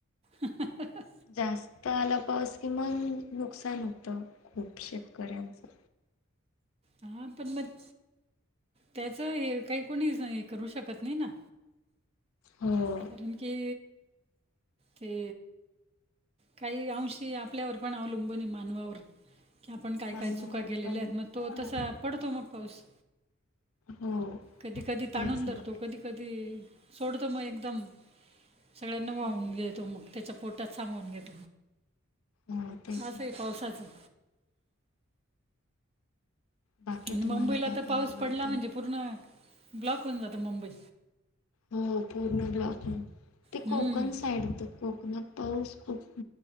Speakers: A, on the right (about 30°); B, on the left (about 75°).
A: हं हं हं हं
B: जास्त आला पाऊस कि मंग नुकसान होतं खूप शेतकऱ्यांचं.
A: हां पणं, त्यांचं हे कांहीं कोणी करूं शकतं नाहीं नां.
B: हो.
A: कारणं की ते... कांहीं अंशी आपल्यांवरं पणं अवलंबून मानवां वरं. की आपण काय
B: मामावर
A: काय चुका केलेल्या
B: पण
A: आहेत मग तो तसा पडतो मग पाऊस.
B: हो
A: कधीं कधीं
B: तेच
A: ताणूंन धरतो.
B: ना
A: कधीं कधीं सोडतो मगं एकदंम सगळ्यांना
B: हो
A: वाहूंन घेतो मगं. त्याच्या पोटात सामवून घेत.
B: हो तेच
A: <inaudible>
B: ना
A: पावसाचं.
B: बाकी
A: आणि
B: तुम्हाला
A: मुंबईला
B: काय
A: तर
B: काय
A: पाऊस
B: आवडतं
A: पडला म्हणजे पूर्ण ब्लॉक होऊन जातं मुंबई.
B: हो पूर्ण ब्लॉक, ते
A: हम्म
B: कोकण साईड येतं कोकणात. पाऊस खूप <inaudible>